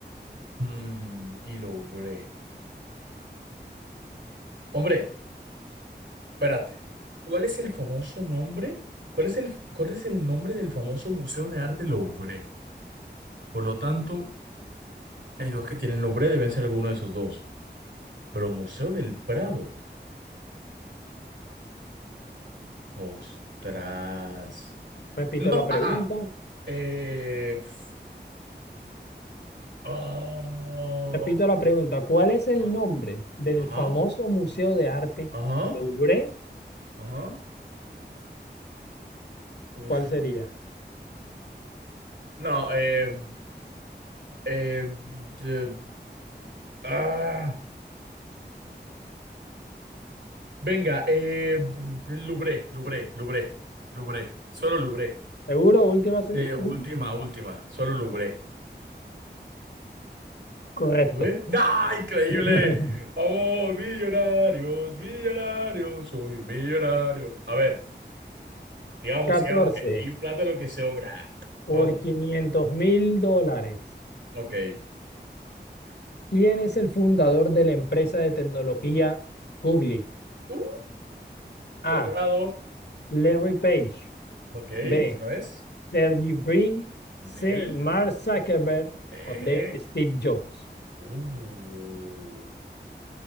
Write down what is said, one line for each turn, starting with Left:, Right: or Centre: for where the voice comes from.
Right: Mm, y Louvre. Hombre, Espérate, ¿cuál es el famoso nombre? ¿Cuál es el, cuál es el nombre del famoso Museo de Arte Louvre? Por lo tanto, hay dos que tienen Louvre, deben ser alguno de esos dos. Pero Museo del Prado. Ostras.
Left: Repito
Right: No,
Left: la pregunta.
Right: ah, ah. Eh, f- oh,
Left: Repito la pregunta, ¿cuál es el
Right: ah,
Left: nombre del
Right: ajá,
Left: famoso Museo de Arte
Right: ajá,
Left: Louvre?
Right: ajá. Uf.
Left: ¿Cuál sería?
Right: No, eh, eh, eh, ah. Venga, eh, Lubré, Lubré, Lubré, Lubré, solo Lubré.
Left: Seguro, última, se-
Right: Eh, última,
Left: ul-
Right: última, solo Lubré.
Left: correcto.
Right: A ver. ¡Ah, increíble!
Left: <laughs>
Right: Vamos, millonarios, millonarios, soy un millonario. A ver, sigamos,
Left: catorce
Right: sigamos, que aquí plata lo que sobra.
Left: por
Right: Vamos,
Left: quinientos mil dólares.
Right: ok.
Left: ¿Quién es el fundador de la empresa de tecnología Google?
Right: Uh,
Left: A.
Right: sobrado.
Left: Larry Page.
Right: Ok, ¿eso
Left: B.
Right: no es?
Left: Sergey Brin.
Right: Nel.
Left: C. Mark Zuckerberg.
Right: Eje.
Left: O D. Steve Jobs.
Right: Uh,